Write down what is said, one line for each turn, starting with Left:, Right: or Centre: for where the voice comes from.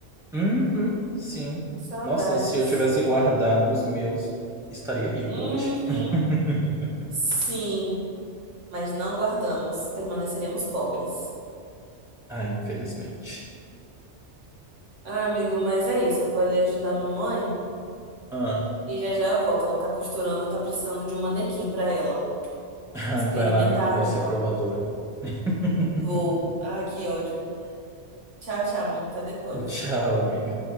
Centre: Uhum, sim.
Right: Saudades.
Centre: Nossa, se eu tivesse guardado os meus, estaria rico
Right: Uhum.
Centre: hoje. <laughs>
Right: Sim, mas não guardamos, permaneceremos pobres.
Centre: Ah, infelizmente.
Right: Ah, amigo, mas é isso. Eu vou ali ajudar a mamãe
Centre: Ah,
Right: e já já eu volto. Ela tá costurando, tá precisando de um manequim pra ela
Centre: <laughs> ai,
Right: experimentar
Centre: vai lá, amiga.
Right: a
Centre: Vai
Right: roupa.
Centre: ser provadora. <laughs>
Right: Vou. Ai, que ódio. Tchau, tchau, amigo. Até depois.
Centre: Tchau, amiga.